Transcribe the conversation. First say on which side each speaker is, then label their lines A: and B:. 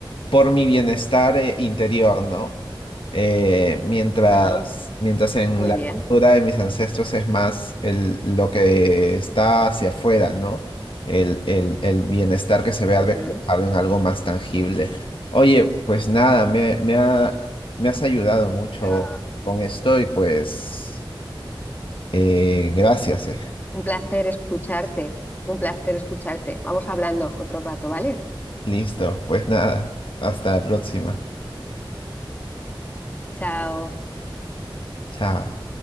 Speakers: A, on the left; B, on the left.
A: por mi bienestar eh, interior, ¿no? Eh, mientras,
B: Bueno,
A: mientras en
B: muy
A: la
B: bien.
A: cultura de mis ancestros es más el, lo que está hacia afuera, ¿no? El, el, el bienestar que se vea
B: Ujú.
A: reflejado en algo más tangible. Oye, pues nada, me, me ha- me has ayudado mucho
B: Ya,
A: con esto y pues eh, gracias, eh.
B: Un placer escucharte. Un placer escucharte. Vamos hablando otro rato, ¿vale?
A: Listo, pues nada, hasta la próxima.
B: Chao.
A: Chao.